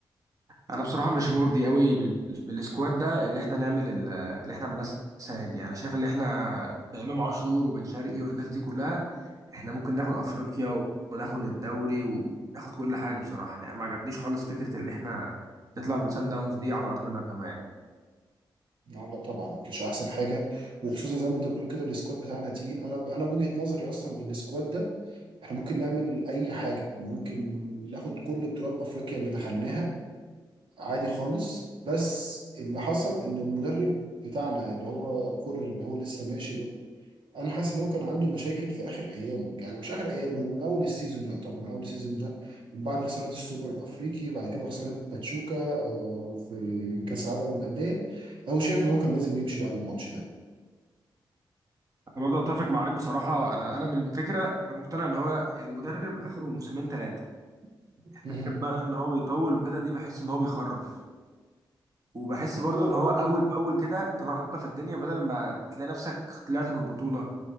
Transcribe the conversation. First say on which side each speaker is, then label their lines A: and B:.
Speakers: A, on the right; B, on the right.
A: انا بصراحه مش مرضي قوي بال... بالسكواد ده اللي احنا نعمل ال- اللي احنا عملناه السنه دي يعني شايف اللي احنا بامام عاشور وبن شرقي والناس دي كلها احنا ممكن ناخد افريقيا وناخد الدوري وناخد كل حاجه بصراحه يعني ما عجبنيش خالص فكره اللي احنا نطلع من سان داونز دي على ارضنا كمان
B: لا لا طبعا مش احسن حاجه وخصوصا زي ما انت بتقول كده السكواد بتاعنا تقيل انا انا وجهه نظري اصلا بالسكواد ده احنا ممكن نعمل اي حاجه ممكن ناخد كل بطولات افريقيا اللي دخلناها عادي خالص بس اللي حصل ان المدرب بتاعنا اللي هو كولر اللي هو لسه ماشي انا حاسس ان هو كان عنده مشاكل في اخر ايام يعني مش اخر ايام هو من اول السيزون يعتبر من اول السيزون ده من بعد خساره السوبر الافريقي بعد كده خساره باتشوكا آه، في كاس العالم للانديه هو شايف ان هو كان لازم يمشي بعد الماتش ده
A: انا برضه اتفق معاك بصراحه انا انا من الفكره انا مقتنع ان هو المدرب اخره موسمين ثلاثه
B: مهم.
A: فكرة بقى ان هو بيطول وكده دي بحس ان هو بيخرف وبحس برضو
B: هو
A: ان
B: برضو
A: هو اول باول كده تنظف الدنيا بدل ما تلاقي نفسك طلعت من بطولة